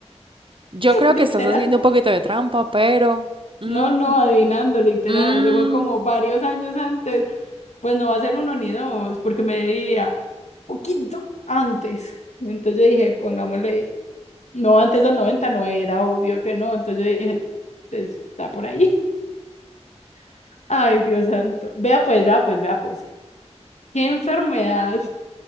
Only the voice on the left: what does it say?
Literal.
No, no, adivinando, literal.
Yo fue como varios años antes. Pues no va a ser uno ni dos, porque me diría poquito antes. Entonces yo dije, pongámosle, no, antes del 90 no era, obvio que no. Entonces yo dije, "Pues, está por ahí. <laughs> Ay, Dios santo. Vea pues, vea pues, vea pues. ¿Qué enfermedad